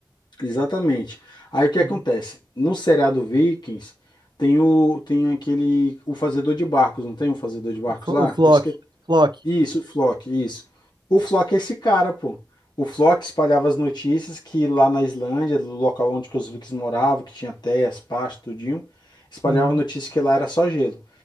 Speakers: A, on the left; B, on the right.
A: Exatamente. Aí o que
B: Uhum.
A: acontece? No seriado Vikings tem o tem aquele o fazedor de barcos, não tem um fazedor de barcos
B: O, Flo-
A: lá?
B: o Flock,
A: Eu esqueci.
B: Flock.
A: Isso, o Flock, isso. O Flock é esse cara, pô. O Flock espalhava as notícias que lá na Islândia, do local onde que os Vikings moravam, que tinha terras, pasto, tudinho, espalhava
B: Uhum,
A: a notícia que lá era só gelo.